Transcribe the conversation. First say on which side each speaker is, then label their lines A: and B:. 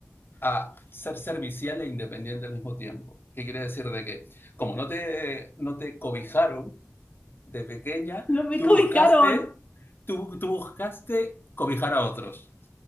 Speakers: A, on the left; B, on the left.
A: a ser servicial e independiente al mismo tiempo. ¿Qué quiere decir de que como no te, no te cobijaron, de pequeña,
B: No me
A: tú
B: cobijaron.
A: buscaste, tú, tú buscaste cobijar a otros.